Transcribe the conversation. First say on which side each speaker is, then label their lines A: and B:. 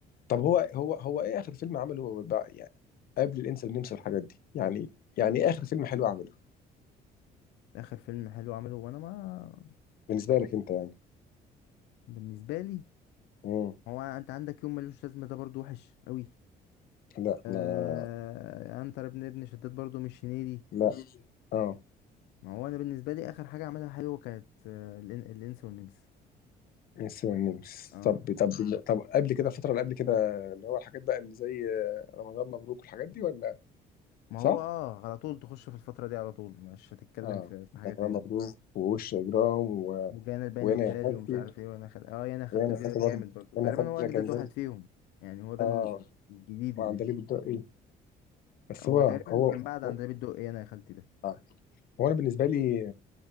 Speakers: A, on the left; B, on the left.
A: طب هو هو هو ايه اخر فيلم عمله هو بقى يعني قبل الانس والنمس والحاجات دي يعني يعني ايه اخر فيلم حلو عمله
B: اخر فيلم حلو عمله وانا ما
A: بالنسبه لك انت يعني
B: بالنسبة لي
A: امم
B: هو انت عندك يوم ملوش لازمة ده برضو وحش قوي
A: لا
B: آه
A: ما
B: عنتر ابن ابن شداد برضو مش هنيدي
A: لا اه
B: ما هو انا بالنسبة لي اخر حاجة عملها حلوة كانت آه، الإن- الانس والنمس
A: انس والنمس
B: اه
A: طب طب طب قبل كده الفتره اللي قبل كده اللي هو الحاجات بقى اللي زي رمضان مبروك والحاجات دي ولا
B: ما
A: صح؟
B: هو اه على طول تخش في الفترة دي على طول مش هتتكلم
A: اه
B: في, في حاجة تاني
A: رمضان مبروك ووش اجرام و...
B: وجانا البيان
A: وهنا
B: التالي
A: يا حبيبتي
B: ومش عارف ايه وانا خل... اه انا خلت
A: يعني
B: دي
A: خدت برضه
B: جامد برضو
A: انا
B: تقريبا
A: خدت
B: هو اجدد
A: كان
B: واحد
A: جامد
B: فيهم يعني هو ده
A: اه
B: ال- الجديد
A: وعندليب
B: اللي فيه
A: الدقي بس
B: هو
A: هو هو
B: تقريبا كان بعد عن
A: هو,
B: ده بيدق ايه انا يا خالتي ده
A: آه. هو انا بالنسبه لي